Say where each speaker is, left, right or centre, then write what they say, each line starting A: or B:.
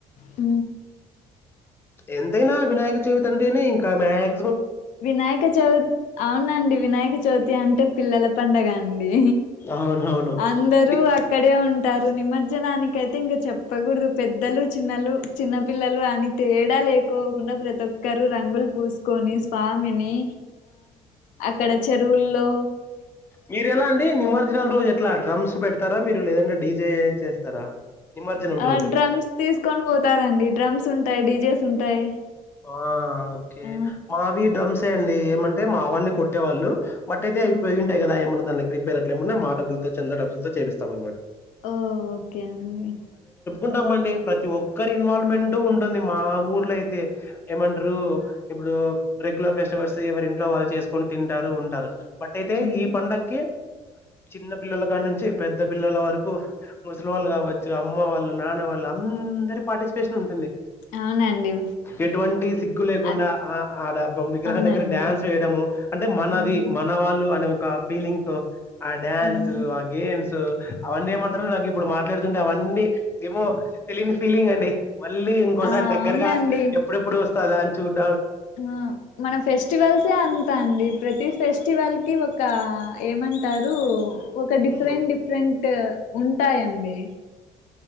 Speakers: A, on the left; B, on the left.
A: అ
B: ఎంతైనా వినాయక చవితి అంటేనే ఇంకా మ్యాక్
A: వినాయక చవితి అవునండి వినాయక చవితి అంటే పిల్లల పండగ అండి
B: అవునవును.
A: అందరూ
B: డి
A: అక్కడే ఉంటారు నిమజ్జనాకయితే ఇంకా చెప్పకూడదు పెద్దలు చిన్నలు చిన్న పిల్లలు అని తేడా లేకోకుండా ప్రతి క్కరు రంగులు పూసుకొని ని అక్కడ చెరువు హలో
B: మీర ఎలా అండి. నిమజ్జనం రోజే అట్లా డ్రమ్స్ పెడతారా, మీరు లేదంటే డీజే చేస్తారా నిమజ్జనం
A: ఆ
B: రోజు.
A: డ్రమ్స్ తీసుకొని పోతారండి. డ్రమ్స్ ఉంటాయి. డీజే ఉంటాయి.
B: ఆ ఓకే
A: ఆ
B: మావి డ్రమ్సే అండి అంటే మా వాళ్ళే కొట్టేవాళ్ళు బట్ అయితే
A: ఆ
B: ఇ ప్రజెంటయి కదా ఏమన్నుంద రీ పేర్ అట్ల ఏం ఉన్నా మా డబ్బుల్తో చంద డబ్బుల్తో చేపిస్తాం అన్నమాట
A: ఓ ఓకే అండి
B: ఉంటామండి ప్రతి ఒక్క ఒక్కరి ఇన్వాల్వ్మెంట్ ఉం టుంది మా ఊర్లో అయితే ఏమంటారు. ఇప్పుడు రెగ్యులర్ ఫెస్టివల్స్ ఎవరి ఇంట్లో వాళ్ళు చేసుకొని తింటారు ఉంటారు. బట్ అయితే
A: హ్మ్.
B: ఈ పండక్కి చిన్న పిల్లల కాడి నుంచి పెద్ద పిల్లల వరకు ముసలి వాళ్ళు కావచ్చు. అమ్మ వాళ్ళు, నాన్న వాళ్ళు అందరి పార్టిసిపేషన్ ఉంటుంది.
A: అవునండి
B: ఎటువంటి సిగ్గు లేకుండా
A: అ
B: ఆ ఆడబ్బ విగ్రహా
A: అవునండి
B: దగ్గర డ్యాన్స్ వేయడము. అంటే మనది.
A: హ్మ్.
B: మన వాళ్ళు అనే ఒ క్క ఫీలింగ్తో ఆ డ్యాన్స్
A: హ్మ్.
B: ఆ గేమ్స్ అవన్నీ ఏమంటారు నాకు ఇప్పుడు మ ట్లాడుతుంటే అవన్నీ ఏమో తెలియని ఫీలింగ్ అండి మళ్ళీ ఇంకోసారి
A: ఆ
B: దగ్గరగా
A: అవునండి
B: డు వస్తాదా అని చూడ్
A: ఆ మన ఫెస్టివల్సే అంతా అండి ప్రతి ఫెస్టివల్ కి ఒ కా ఏమంటారు ఒక డిఫరెంట్
B: ఉమ్,
A: డిఫరెంట్ ఉంటాయండి‌